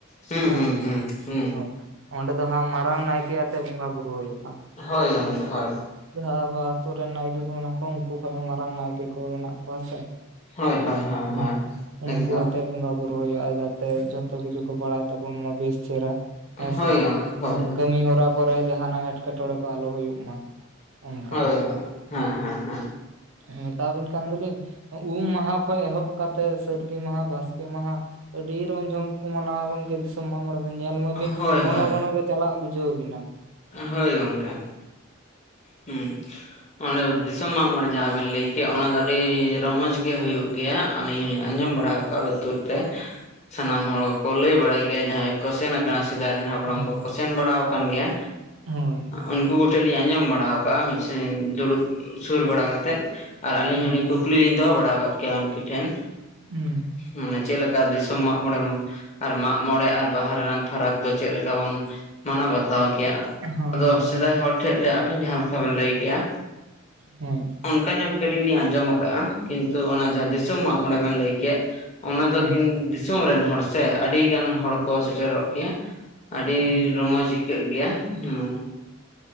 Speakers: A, on the left (about 35°); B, on the right (about 75°).
A: ᱦᱩᱸ
B: ᱦᱮᱸᱥᱮ
A: ᱦᱩᱸ ᱦᱩᱸ ᱦᱩᱸ
B: ᱦᱳᱭ ᱚᱸᱰᱮ ᱫᱚ ᱦᱟᱸᱜ ᱢᱟᱨᱟᱝ ᱱᱟᱭᱠᱮ ᱟᱛᱮᱜ ᱵᱚᱸᱜᱟ ᱵᱩᱨᱩ ᱦᱩᱭᱩᱜ-ᱟ
A: ᱦᱳᱭ ᱜᱚᱢᱠᱮ
B: ᱦᱮᱸ ᱥᱮ᱾
A: ᱦᱳᱭ
B: ᱡᱟᱦᱟᱸ ᱟᱵᱚ ᱟᱛᱩᱨ ᱨᱮᱱ ᱱᱟᱭᱠᱮ ᱠᱚ ᱢᱮᱱᱟᱜ ᱠᱚᱣᱟ ᱩᱱᱠᱩ ᱠᱷᱚᱱ ᱢᱟᱨᱟᱝ ᱱᱟᱭᱠᱮ ᱠᱚ ᱢᱮᱱᱟᱜ ᱠᱚᱣᱟ ᱥᱮᱼᱼ
A: ᱦᱳᱭ ᱦᱳᱭ ᱦᱳᱭ
B: ᱦᱮᱸ
A: ᱦᱳᱭ
B: ᱩᱱᱠᱩ
A: ᱮᱠᱫᱚᱢ
B: ᱟᱛᱮ ᱵᱚᱸᱜᱟ ᱵᱩᱼᱼ ᱯᱩᱨ ᱦᱩᱭᱩᱜᱼᱟ ᱡᱟᱛᱮ ᱡᱷᱚᱛᱚ ᱠᱤᱪᱷᱩ ᱠᱚ ᱵᱟᱲᱟᱭ ᱛᱟᱵᱚᱱ ᱢᱟ ᱵᱮᱥ ᱪᱮᱦᱨᱟ᱾ ᱦᱮᱸᱥᱮ
A: ᱦᱳᱭ ᱜᱚᱢᱠᱮ ᱦᱳᱭ
B: ᱠᱟᱹᱢᱤ ᱦᱚᱨᱟ ᱠᱚᱨᱮ ᱡᱟᱦᱟᱱᱟᱜ ᱮᱴᱠᱮ ᱴᱚᱬᱮ ᱠᱚ ᱟᱞᱚ ᱦᱩᱭᱩᱜ ᱢᱟ᱾ ᱚᱱᱠᱟ
A: ᱦᱳᱭ, ᱦᱮᱸ ᱦᱮᱸ ᱦᱮᱸ
B: ᱦᱮᱸᱛᱟᱣᱵᱮᱱ ᱠᱟᱱ ᱫᱚᱞᱤᱧᱼᱼ ᱩᱢ ᱢᱟᱦᱟ ᱠᱷᱚᱱ ᱮᱦᱚᱵ ᱠᱟᱛᱮᱜ ᱥᱟᱹᱨᱫᱤ ᱢᱟᱦᱟ ᱵᱟᱥᱠᱮ ᱢᱟᱦᱟ ᱟᱹᱰᱤ ᱨᱚᱢ ᱡᱷᱚᱢᱼᱼ ᱢᱟᱱᱟᱣᱟ ᱜᱚᱢᱠᱮ ᱫᱤᱥᱚᱢ ᱢᱟᱜ ᱢᱚᱲᱮ ᱫᱚ ᱧᱮᱞ ᱢᱟᱵᱤᱱ
A: ᱦᱳᱭ
B: ᱜᱚᱱᱚ
A: ᱦᱳᱭ
B: ᱜᱷᱚᱱᱚᱜ ᱜᱮ ᱪᱟᱞᱟᱜ ᱵᱩᱡᱷᱟᱹᱣ ᱵᱮᱱᱟ᱾
A: ᱦᱳᱭ ᱜᱚᱝᱠᱮ ᱦᱮᱸ ᱚᱸᱰᱮ ᱫᱤᱥᱚᱢ ᱢᱟᱜᱢᱚᱬᱮ ᱡᱟᱦᱟᱸ ᱵᱮᱱ ᱞᱟᱹᱭ ᱠᱮ ᱚᱱᱟ ᱫᱚ ᱟᱹᱰᱤ ᱨᱚᱢᱚᱡᱽᱼᱼ ᱜᱮ ᱦᱩᱭᱩᱜ ᱜᱮᱭᱟ ᱟᱹᱞᱤᱧ ᱦᱚᱞᱤᱧ ᱟᱸᱡᱚᱢ
B: ᱦᱮᱸ
A: ᱵᱟᱲᱟ ᱠᱟᱜᱼᱟ ᱞᱩᱛᱩᱨ ᱛᱮ, ᱥᱟᱱᱟᱢ ᱦᱚᱲ ᱠᱚᱠᱚ ᱞᱟᱹᱭ ᱵᱟᱲᱟᱭ ᱜᱮᱭᱟ ᱡᱟᱦᱟᱸᱭ ᱠᱚ ᱥᱮᱱ ᱠᱟᱱᱟ ᱥᱮᱫᱟᱭ ᱨᱮᱱ ᱦᱟᱯᱲᱟᱢ
B: ᱦᱮᱸ
A: ᱠᱚᱠᱚ ᱥᱮᱱ ᱵᱟᱲ ᱟᱠᱟᱱ ᱜᱮᱭᱟ᱾
B: ᱦᱳᱭ
A: ᱩᱱᱠᱩ ᱜᱚᱴᱮᱞ ᱞᱤᱧ ᱟᱸᱡᱚᱢ ᱵᱟᱲᱟᱼᱼ ᱵᱟᱲᱟᱣ ᱠᱟᱜᱼᱟ ᱢᱤᱫ ᱫᱩᱲᱩᱵ ᱥᱩᱨ ᱵᱟᱲᱟ ᱠᱟᱛᱮᱫ ᱟᱨ ᱟᱹᱞᱤᱧ
B: ᱦᱮᱸ
A: ᱦᱚᱸᱞᱤᱧᱼᱼ ᱠᱩᱠᱞᱤᱧ ᱫᱚᱦᱚ ᱵᱟᱲᱟ ᱟᱠᱟᱫ ᱜᱮᱭᱟ ᱩᱱᱠᱩ ᱴᱷᱮᱱ?
B: ᱦᱮᱸ
A: ᱢᱟᱱᱮ ᱪᱮᱫᱮᱠᱟ ᱫᱤᱥᱚᱢ ᱢᱟᱜᱢᱚᱬᱮᱢᱼᱼ ᱟᱨ ᱢᱟᱜ ᱢᱚᱬᱮ ᱟᱨ ᱵᱟᱦᱟᱱᱟ ᱯᱷᱟᱨᱟᱠ ᱫᱚ ᱪᱮᱫᱮ ᱞᱮᱠᱟ ᱵᱩᱱ ᱢᱟᱱᱟᱣ ᱵᱟᱛᱟᱣ ᱜᱮᱭᱟ᱾
B: ᱦᱮᱸ ᱦᱳᱭ
A: ᱟᱫᱚ
B: ᱦᱳᱭ
A: ᱥᱮᱫᱟᱭ ᱦᱚᱲ ᱴᱷᱮᱱ ᱞᱮ ᱟᱹᱵᱤᱱ ᱡᱟᱦᱟᱸ ᱞᱮᱠᱟ ᱵᱤᱱ ᱞᱟᱹᱭ ᱠᱮᱜᱼᱟ᱾
B: ᱦᱮᱸ
A: ᱚᱱᱠᱟ ᱧᱚᱜ ᱠᱟᱹᱴᱤᱡ ᱞᱤᱧ ᱟᱸᱡᱚᱢ ᱟᱠᱟᱜᱼᱟ ᱠᱤᱱᱛᱩ ᱚᱱᱟ ᱡᱟᱦᱟᱸ ᱫᱤᱥᱚᱢ ᱢᱟᱜ ᱢᱚᱬᱮ ᱵᱮᱱ ᱞᱟᱹᱭ ᱠᱮᱫ ᱚᱱᱟ ᱫᱚ
B: ᱦᱳᱭ
A: ᱠᱤᱱ ᱫᱤᱥᱚᱢ ᱨᱮᱱ ᱦᱚᱲ ᱥᱮ ᱟᱹᱰᱤ ᱜᱟᱱ ᱦᱚᱲ ᱠᱚ ᱥᱮᱴᱮᱨᱚᱜ ᱜᱮᱭᱟ᱾ ᱟᱹᱰᱤ
B: ᱦᱳᱭ
A: ᱨᱚᱢᱚᱡᱽ ᱟᱹᱭᱠᱟᱹᱜ ᱜᱮᱭᱟ ᱢᱟᱱᱮ